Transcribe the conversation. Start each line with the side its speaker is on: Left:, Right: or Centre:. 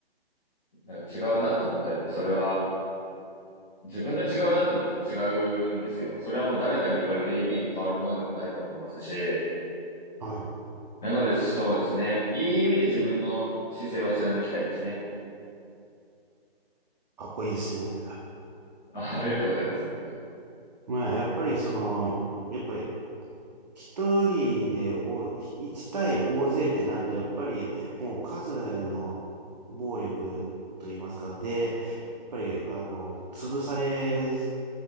Centre: なんか違うなと思ったら、やっぱそれは、自分が違うなと思ったら違うんですよ。それはもう誰かに言われて意見が変わるものでもないと思いますし、
Right: はい。
Centre: なのでそうですね。いい意味で自分の姿勢は貫きたいですね。
Right: かっこいいですね。
Centre: あありがとうございます。
Right: まあ、やっぱりその、やっぱり一人でお、一対大勢ってなると、やっぱりもう数の暴力と言いますか、で、やっぱり、あの、潰され、